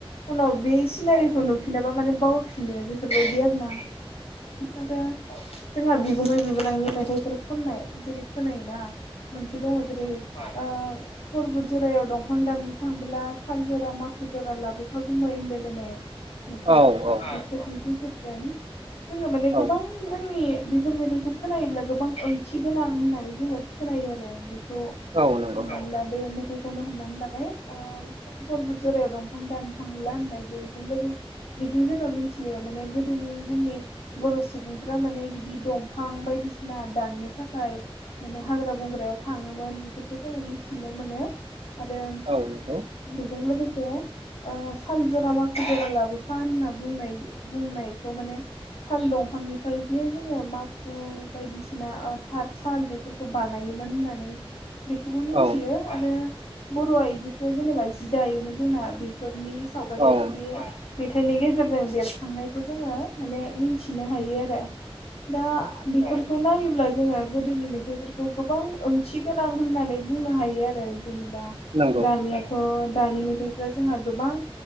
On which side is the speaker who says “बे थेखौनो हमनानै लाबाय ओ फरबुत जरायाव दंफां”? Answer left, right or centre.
Left